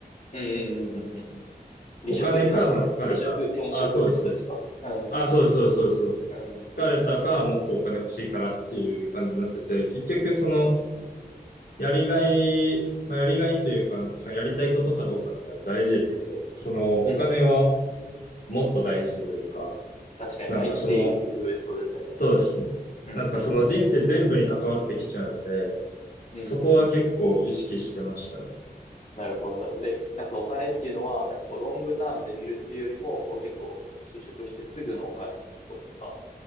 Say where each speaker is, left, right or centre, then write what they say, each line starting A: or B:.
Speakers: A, on the left; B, on the left.
A: うんうんうんうんうん
B: その
A: 離職っていうのはその、
B: お金か、まあ、疲れた。
A: 離職、転職ってことですかうんうん
B: あ、そうです、そうです。あ、そうです、そうです、そうです、そうです。そうです疲れたか、
A: うん
B: もっとお金欲しいからっていう感じになってて、結局その、
A: うんうんうん
B: やりがい、まあ、やりがいというか、なんかそのやりたいことかどうかみたいなの大事ですけど、そのお金は
A: うんうん
B: もっと大事というか、
A: 確かに、
B: なんかその、
A: まあ生きていく上そうですよね。
B: そうですね。
A: うんうんうん
B: なんかその人生全部に関わってきちゃうんで、
A: うんうんうん
B: そこは結構意識してましたね。
A: なるほど、なるほど。で、なんかお金っていうのは、なんかこうロングタームで見るっていうよりも、こう結構就職してすぐのお金ってとこですか